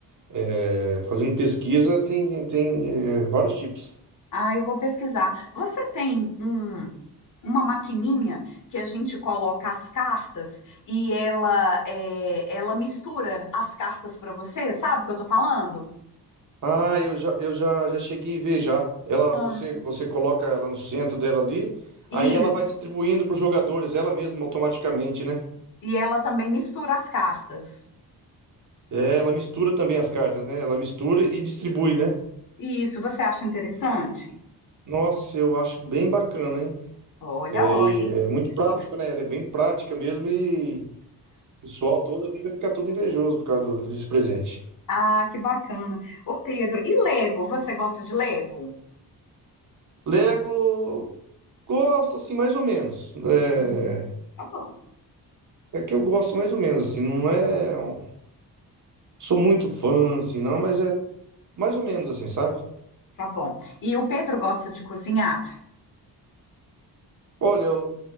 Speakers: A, on the right; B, on the left.
A: eh, fazendo pesquisa, tem, tem eh, vários tipos.
B: Ah, eu vou pesquisar. Você tem um, uma maquininha que a gente coloca as cartas e ela, é, ela mistura as cartas para você, sabe o que eu tô falando?
A: Ah, eu já, eu já, já cheguei a ver já. Ela,
B: Ah,
A: você, você coloca ela no centro dela ali,
B: isso.
A: aí ela vai distribuindo para os jogadores, ela mesma automaticamente, né?
B: E ela também mistura as cartas.
A: É, ela mistura também as cartas, né? Ela mistura e distribui, né?
B: Isso, você acha interessante?
A: Nossa, eu acho bem bacana, hein?
B: Olha,
A: É,
B: olha,
A: e
B: hein?
A: é muito
B: Estou...
A: prático, né? Ela é bem prática mesmo e o pessoal todo ali vai ficar todo invejoso por causa do- desse presente.
B: Ah, que bacana. Ô, Pedro, e Lego? Você gosta de Lego?
A: Lego, gosto assim, mais ou menos. É,
B: Hum, tá bom,
A: é que eu gosto mais ou menos, assim, não é. um- Sou muito fã, assim, não, mas é mais ou menos assim, sabe?
B: tá bom. E o Pedro gosta de cozinhar?
A: Olha, eu